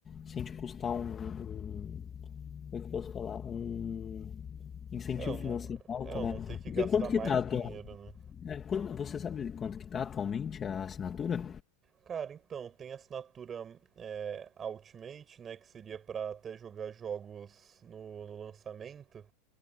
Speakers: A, on the left; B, on the right.
A: sem te custar um, um- Como é que eu posso falar? Um incentivo
B: É, eu não,
A: financeiro alto,
B: é, eu
A: né?
B: não ter que
A: Porque
B: gastar
A: quanto
B: mais
A: que tá atual?
B: dinheiro, né?
A: é, quando- você sabe quanto que tá atualmente a assinatura?
B: Cara, então, tem a assinatura é, Ultimate, né, que seria pra até jogar jogos no, no lançamento,